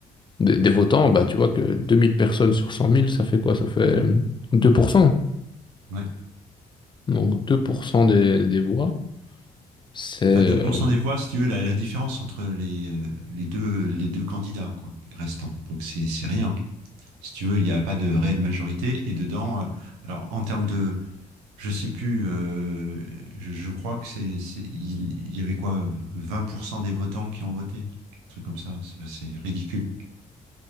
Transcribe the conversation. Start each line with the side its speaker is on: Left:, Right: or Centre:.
Left: des, des votants, bah, tu vois que 2000 personnes sur cent mille ça fait quoi? Ça fait euh, deux pour cent
Right: Ouais.
Left: Donc 2% des, des voix, c'est... euh,
Right: Enfin, deux pour cent des voix, si tu veux, la, la différence entre les, euh, les deux, les deux candidats, quoi, restants. Donc c'est c'est rien. si tu veux, il n'y a pas de réelle majorité. Et dedans, euh, alors en termes de, je sais plus, euh, je, je crois que c'est, c'est- il, il y avait quoi, 20% des votants qui ont voté, un truc comme ça. C'est c'est ridicule.